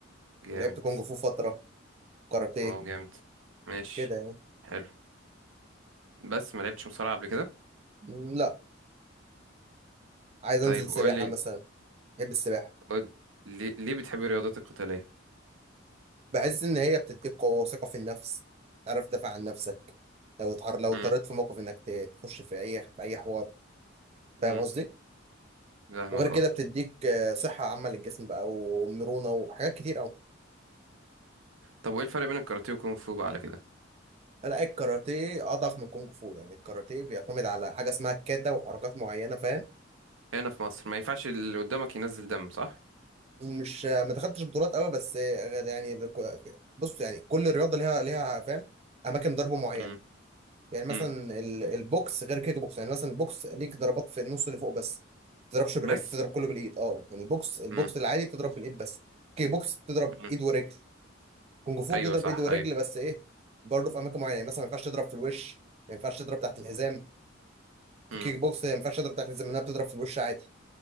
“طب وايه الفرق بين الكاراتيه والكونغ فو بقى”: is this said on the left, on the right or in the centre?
Right